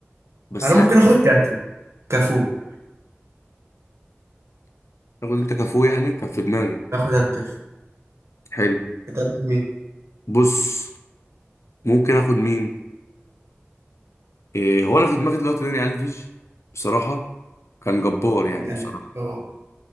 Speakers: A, on the left; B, on the right.
A: بس
B: انا ممكن
A: حاسس
B: اخد
A: إن-
B: كافي كفو
A: تاخد انت كفو يعني كان في دماغي
B: اخد انا كفو
A: حلو
B: انت هتاخد مين
A: بص ممكن اخد مين إيه هو انا في دماغي دلوقتي داني الفيش بصراحه كان جبار يعني
B: يعني
A: بصراحه
B: هو